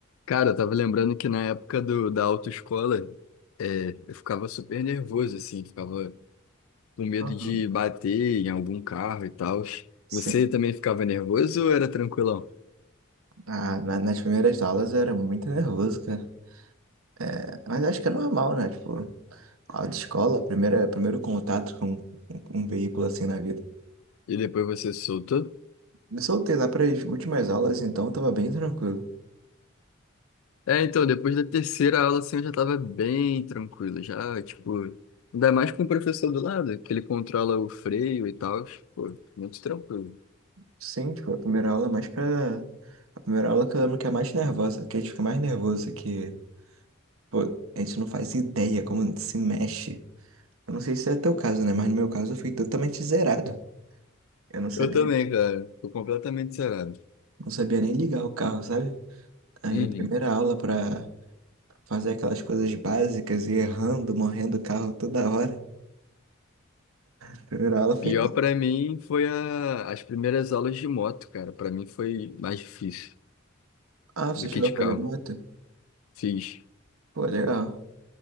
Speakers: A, on the left; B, on the right.
A: Cara, eu tava lembrando que na época do, da autoescola, é, eu ficava super nervoso, assim, ficava com medo
B: Aham.
A: de bater em algum carro e tal.
B: Sim.
A: Você também ficava nervoso ou era tranquilão?
B: Ah, na- nas primeiras aulas eu era muito nervoso, cara. É, mas acho que é normal, né? Tipo, autoescola, primeira, primeiro contato com um, um veículo assim na vida.
A: E depois você se soltou?
B: Me soltei lá para as últimas aulas, então tava bem tranquilo.
A: É, então, depois da terceira aula, assim, eu já tava bem tranquilo, já, tipo, ainda mais com o professor do lado, que ele controla o freio e tal, pô, muito tranquilo.
B: Sim, tipo, a primeira aula é mais pra. A primeira aula que eu lembro que é mais nervosa, que a gente fica mais nervoso, que, pô, a gente não faz ideia como se mexe. Eu não sei se é teu caso, né? Mas no meu caso eu fui totalmente zerado. Eu não sabia,
A: Eu também, cara, tô completamente zerado.
B: não sabia nem ligar o carro, sabe? Aí
A: Uhum.
B: a primeira aula pra fazer aquelas coisas básicas e errando, morrendo o carro toda hora. A primeira aula
A: Pior
B: foi tempo.
A: pra mim foi a- as primeiras aulas de moto, cara. Pra mim foi mais difícil
B: Ah,
A: do
B: você chegou
A: que de
B: a
A: carro.
B: fazer moto?
A: Fiz.
B: Pô, legal.